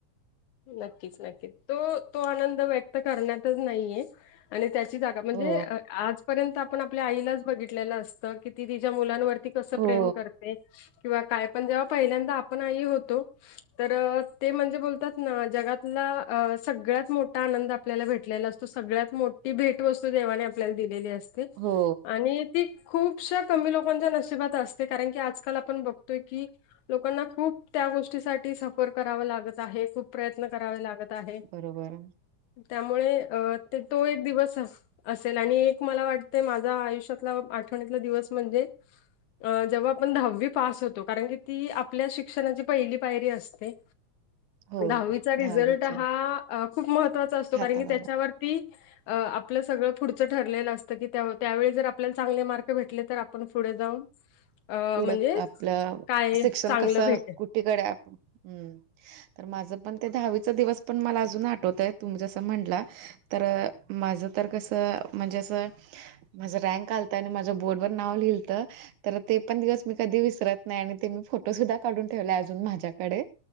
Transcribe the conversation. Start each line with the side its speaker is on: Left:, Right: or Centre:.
Left: नक्कीच नक्कीच तो तो आनंद व्यक्त करण्यातच नाहीये. आणि त्याची जागा म्हणजे
Right: हो
Left: आजपर्यंत आपण आपल्या आईलाच बघितलेलं असतं की ती तिच्या मुलांवर ती कस
Right: हो
Left: प्रेम करते. किंवा काय पण जेव्हा पहिल्यांदा आपण आई होतो तर ते म्हणजे बोलतात ना जगातला अ सगळ्यात मोठा आनंद आपल्याला भेट टलेला असतो सगळ्यात मोठी भेट वस्तू देवाने आपल्याला दिलेली असते
Right: हो
Left: आणि ती खूपश्या कमी लोकांच्या नशिबात असते कारण की आज काल आपण बघतोय की लोकांना खूप त्या गोष्टीसाठी सफर कराव लागत आहे खूप प्रयत्न करावे लागत आहे
Right: बरोबर
Left: त्यामुळे अ ते तो एक दिवस असा असेल आणि एक मला वाटतय माझा आयुष्यातला आठवणीतला दिवस म्हणजे अ जेव्हा आपण दहावी पास होतो कारण की ती आपल्या शिक्षणाची पहिली पायरी असते.
Right: हो
Left: दहावीचा रिझल्ट
Right: दहावीच
Left: हा खूप महत्त्वाचा असतो
Right: हातात
Left: कारण की त्याच्यावरती
Right: आला
Left: अ आपलं सगळं पुढचं ठरलेलं असतं की त्याव त्यावेळी जर आपल्याला चांगले मार्क भेटले तर आपण पुढे जाऊन अ
Right: पुढ
Left: म्हणजे
Right: आपलं
Left: काय
Right: शिक्षण
Left: चांगलं
Right: कस
Left: भेटेल.
Right: कु टिकडे हम्म तर माझ पण ते दहावी च दिवस पण मला अजून आठवतय तुम्ही जसं म्हनला तर माझं तर कस म्हणजे असं माझं रँक आलता आणि माझ्या बोर्डवर नाव लिहिलंत तर ते पण दिवस मी कधी विसरत नाही आणि ते मी फोटो सुद्धा काढून ठेवले अजून माझ्याकडे